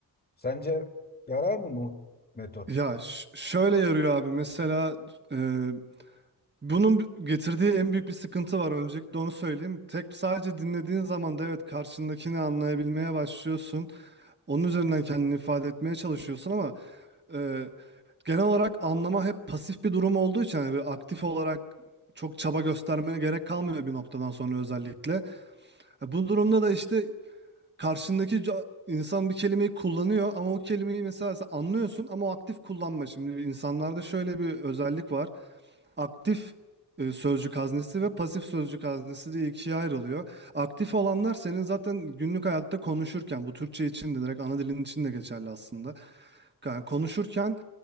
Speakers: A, on the left (about 25°); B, on the right (about 25°).
A: Sence yarar mı bu metot?
B: Ya ş- şöyle yarıyor abi mesela e, bunun bi- getirdiği en büyük bir sıkıntı var öncelikle onu söyleyeyim. Tek sadece dinlediğin zaman da evet karşındakini anlayabilmeye başlıyorsun. Onun üzerinden kendini ifade etmeye çalışıyorsun ama e, genel olarak anlama hep pasif bir durum olduğu için hani bir aktif olarak çok çaba göstermene gerek kalmıyor bir noktadan sonra özellikle. E, Bu durumda da işte karşındaki ca- insan bir kelimeyi kullanıyor ama o kelimeyi mesela sen anlıyorsun ama o aktif kullanma. Şimdi insanlarda şöyle bir özellik var aktif e, sözcük haznesi ve pasif sözcük haznesi diye ikiye ayrılıyor. Aktif olanlar senin zaten günlük hayatta konuşurken, bu Türkçe için de direkt ana dilin için de geçerli aslında. Yani konuşurken